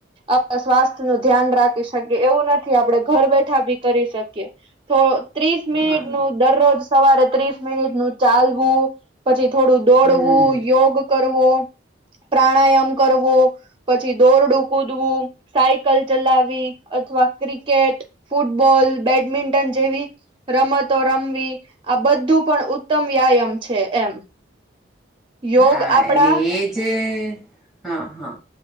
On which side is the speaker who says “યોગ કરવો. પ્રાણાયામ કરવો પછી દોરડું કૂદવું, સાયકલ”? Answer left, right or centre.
Right